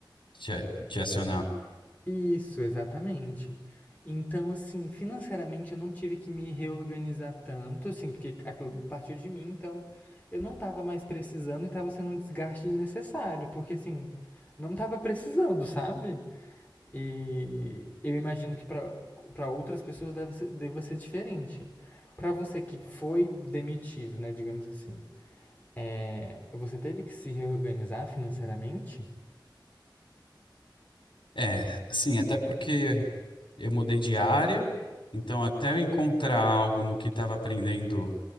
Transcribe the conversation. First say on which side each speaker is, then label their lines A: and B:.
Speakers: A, on the left (about 75°); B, on the left (about 20°).
A: te, a- te acionar.
B: Isso, exatamente. Então, assim, financeiramente eu não tive que me reorganizar tanto, assim, porque aquilo partiu de mim, então eu não tava mais precisando e tava sendo um desgaste desnecessário, porque assim, não tava precisando, sabe? E eu imagino que pra para outras pessoas deve ser, deva ser diferente. Pra você que foi demitido, né, digamos assim, é, você teve que se reorganizar financeiramente?
A: É, sim, até porque eu mudei de área, então até eu encontrar algo no que estava aprendendo